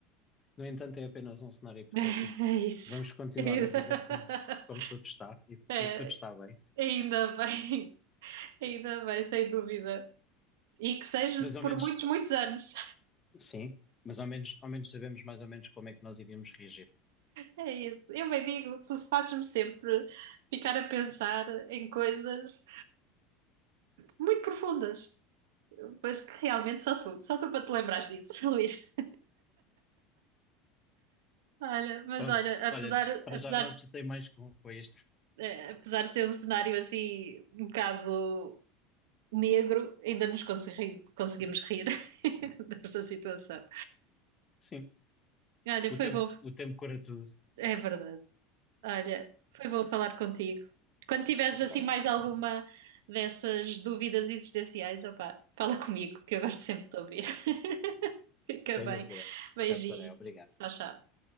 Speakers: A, on the left; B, on the right.
A: No entanto, é apenas um cenário hipotético.
B: <laughs> É isso.
A: Vamos continuar
B: <laughs>
A: a viver como, como tudo está e,
B: É,
A: e tudo está bem.
B: ainda bem, ainda bem, sem dúvida. E que seja
A: Mas ao
B: por
A: menos,
B: muitos, muitos anos.
A: sim, mas ao menos, ao menos sabemos mais ou menos como é que nós iríamos reagir.
B: É isso. Eu bem digo, tu fazes-me sempre ficar a pensar em coisas muito profundas. Pois que realmente só tu, só tu para te lembrares disso, <laughs> Luís. Olha, mas
A: Pronto,
B: olha, apesar,
A: olha,
B: apesar,
A: para já não te chatei mais com, com este.
B: eh, apesar de ser um cenário assim um bocado negro, ainda nos consegui- conseguimos rir <laughs> desta situação.
A: Sim,
B: Olha,
A: o
B: foi
A: tempo,
B: bom,
A: o tempo cura tudo.
B: é verdade. Olha, foi bom falar contigo. Quando tiveres
A: Igualmente.
B: assim mais alguma dessas dúvidas existenciais, opá, fala comigo, que eu gosto sempre de te ouvir. <laughs> Fica bem.
A: Sem dúvida.
B: Beijinho.
A: Cá estarei, obrigado.
B: Tchau, tchau.